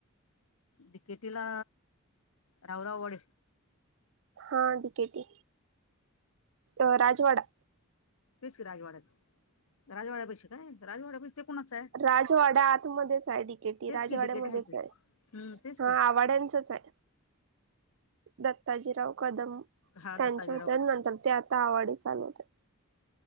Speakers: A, on the left; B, on the right.
A: ती केटीला राऊराव वडेल
B: हा डीकेटी अ राजवाडा
A: तेच की राजवाडा राजवाडा पशी काय? राजवाडा प ते कुणाच आहे.
B: राजवाडा आतमध्येच आहे डिकेटी.
A: तेच
B: राजवाड्यामध्येच
A: की डिकेटी हाय की.
B: आहे.
A: हम्म तेच
B: हा
A: की
B: आवड्यांचच आहे. दत्ताजीराव कदम
A: हा दत्ताजीराव
B: त्यांच्या त्या
A: कदम
B: नंतर ते आता आवडी चालवते.